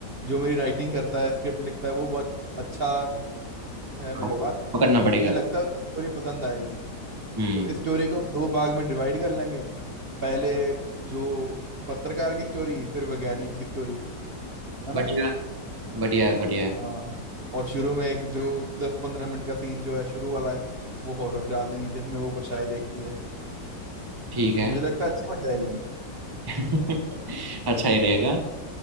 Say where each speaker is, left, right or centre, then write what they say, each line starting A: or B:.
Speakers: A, on the right (about 40°); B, on the right (about 15°).
A: जो मेरी राइटिंग करता है स्क्रिप्ट लिखता है वो बहुत अच्छा है मेरे
B: हाँ, वो
A: पास
B: पकड़ना पड़ेगा
A: मुझे लगता है उसको स्टोरी पसंद आएगी
B: हम्म
A: तो इस स्टोरी को हम दो भाग में डिवाइड कर लेंगे पहले जो पत्रकार की स्टोरी फिर वैज्ञानिक की स्टोरी है ना
B: बढ़िया बढ़िया बढ़िया
A: हाँ और शुरू में एक जो दस पंद्रह मिनट का सीन जो है शुरू वाला है वो हॉरर डाल देंगे जिसमें वो परछाई देखती है
B: ठीक है
A: तो मुझे लगता है अच्छी बन जाएगी
B: <laughs> अच्छा ही रहेगा
A: हम्म,